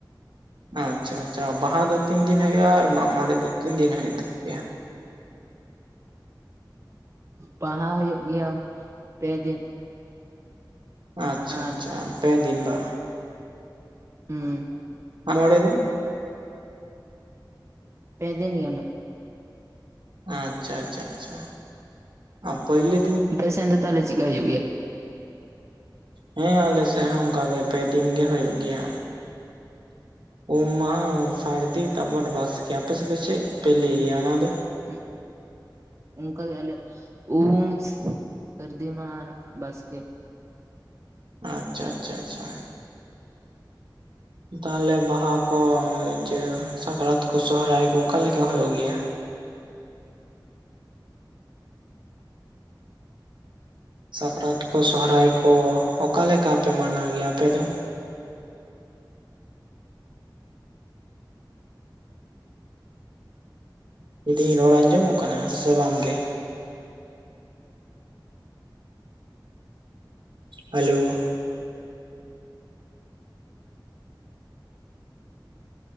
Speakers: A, on the right (about 75°); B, on the right (about 35°).
A: ᱟᱪᱪᱷᱟ ᱟᱪᱪᱷᱟ ᱵᱟᱦᱟ ᱫᱚ ᱛᱤᱱ ᱫᱤᱱ ᱦᱩᱭᱩᱜᱼᱟ ᱟᱨ ᱢᱟᱜ ᱢᱚᱬᱮ ᱫᱚ ᱛᱤᱱ ᱫᱤᱱ ᱦᱩᱭᱩᱜ ᱛᱟᱯᱮᱭᱟ?
B: ᱵᱟᱦᱟ ᱦᱩᱭᱩᱜ ᱜᱮᱭᱟ ᱯᱮ ᱫᱤᱱ᱾
A: ᱟᱪᱪᱷᱟ
B: ᱟᱨ
A: ᱟᱪᱪᱷᱟ ᱯᱮ ᱫᱤᱱ ᱵᱟᱼᱼ
B: ᱦᱩᱸ᱾
A: ᱢᱟᱜ ᱢᱚᱲᱮ ᱫᱚᱼᱼ
B: ᱯᱮ ᱫᱤᱱ ᱜᱮ ᱚᱱᱟᱼᱼ
A: ᱟᱪᱪᱷᱟ ᱟᱪᱪᱷᱟ ᱟᱪᱪᱷᱟ᱾ ᱟᱨ ᱯᱚᱭᱞᱟᱼᱼ
B: ᱟᱯᱮᱥᱮᱱ ᱫᱚ ᱛᱟᱦᱚᱞᱮ ᱪᱮᱠᱟ ᱦᱩᱭᱩᱜ ᱜᱮᱭᱟ?
A: ᱦᱮᱸ ᱟᱞᱮ ᱥᱮᱫ ᱦᱚᱸ ᱚᱱᱠᱟᱜᱮ ᱯᱮ ᱫᱤᱱ ᱜᱮ ᱦᱩᱭᱩᱜ ᱜᱮᱭᱟ᱾ ᱩᱢ ᱢᱟᱦ ᱥᱟᱹᱨᱫᱤ ᱛᱟᱯᱚᱨ ᱵᱟᱥᱠᱮ ᱟᱯᱮᱥᱮᱫ ᱫᱚ ᱪᱮᱫ? ᱯᱮ ᱞᱟᱹᱭᱟ
B: ᱦᱮᱸ
A: ᱚᱱᱟ ᱫᱚ
B: ᱦᱮᱸ᱾ ᱚᱱᱠᱟ ᱜᱮ ᱟᱞᱮ ᱩᱢ ᱥᱟᱹᱨᱫᱤ ᱢᱟᱦᱟ ᱟᱨ ᱵᱟᱥᱠᱮ᱾
A: ᱟᱪᱪᱷᱟ ᱟᱪᱪᱷᱟ ᱟᱪᱪᱷᱟ᱾ ᱛᱟᱦᱚᱞᱮ ᱵᱟᱦᱟ ᱠᱚ ᱤᱭᱟᱹ ᱥᱟᱠᱨᱟᱹᱛ ᱠᱚ ᱥᱚᱦᱨᱟᱹᱭ ᱠᱚ ᱚᱠᱟᱞᱮᱠᱟ ᱦᱩᱭᱩᱜ ᱜᱮᱭᱟ? ᱥᱟᱠᱨᱟᱛ ᱠᱚ ᱥᱚᱦᱨᱟᱹᱭ ᱠᱚ ᱚᱠᱟᱮᱠᱟ ᱯᱮ ᱢᱟᱱᱟᱣ ᱜᱮᱭᱟ ᱟᱯᱮ ᱫᱚ? ᱞᱟᱹᱭᱫᱤᱧ ᱨᱚᱲ ᱟᱸᱡᱚᱢᱚᱜ ᱠᱟᱱᱟ ᱥᱮ ᱵᱟᱝ ᱜᱮ? Hello